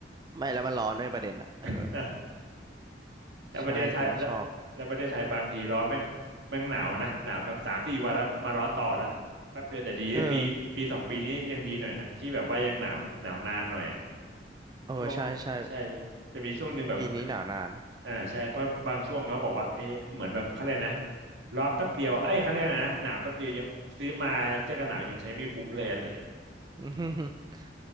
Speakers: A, on the right (about 20°); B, on the right (about 70°).
A: ไม่แล้วมันร้อนด้วยประเด็นอ่ะเออ
B: <laughs> แล้วประเทศไทยแล้วแล้วประเทศไทยบางทีร้อนแม่งแม่งหนาวนะหนาวแบบสามสี่วันแล้วมาร้อนต่อละแป๊บเดียวแต่ดีนะปีปีสองปีนี้ยังดีหน่อยนะที่แบบว่ายังหนาวหนาวนานหน่อยอ่ะ
A: ใช่ผมไม่ชอบเออเออใช่ใช่
B: ช่วงใช่จะมีช่วงหนึ่งแบบ
A: ปีนี้หนาวนาน
B: อ่าใช่เพราะบางช่วงเขาบอกว่าเอ้ยเหมือนแบบเขาเลยกนะ ร้อนแป๊บเดียวเอ้ยเขาเรียกอะไรนะ หนาวแป๊บเดียวยังซื้อมาเจอกันหนาวยังใช้ไม่คุ้มเลยอะไรอย่างเงี้ย
A: <laughs> อืม